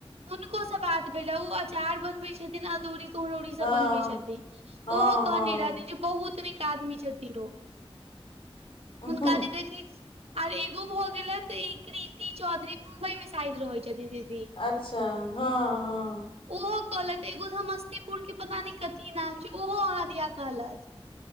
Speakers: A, on the right; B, on the left.
A: हुँनको सऽ बात भेलै ओ अचार बनबै छथिन अदौरी कुमरौरी
B: हँ
A: सब बनबै छथिन ओ
B: हँ
A: कहने रहथिन जे बहुत निक आदमी छथिन ओ हुनका
B: हँ
A: जे देखै छि आर एगो भऽ गेलैथ इ क्रिती चौधरी मुम्बई मे साइद रहै छैथ दीदी
B: अच्छा ह ह
A: ओहो कहलैथ एगो समस्तीपुर के पता नै कथी नाम छै ओहो अहाँ दिया कहलैथ